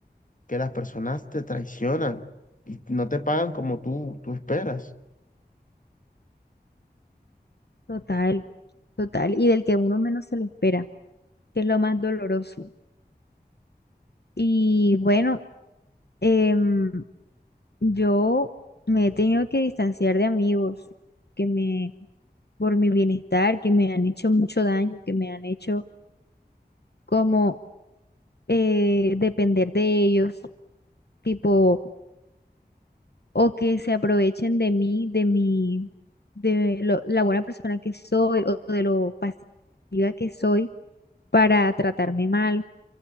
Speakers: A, on the left (about 50°); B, on the left (about 70°).
A: que las personas te traicionan y no te pagan como tú, tú esperas.
B: Total, total, y del que uno menos se lo espera que es lo más doloroso. Y bueno, em, Yo me he tenido que distanciar de amigos que me, por mi bienestar, que me han hecho mucho daño, que me han hecho como eh, depender de ellos, tipo, o que se aprovechen de mí, de mi, de lo- la buena persona que soy o de lo pasiva que soy para tratarme mal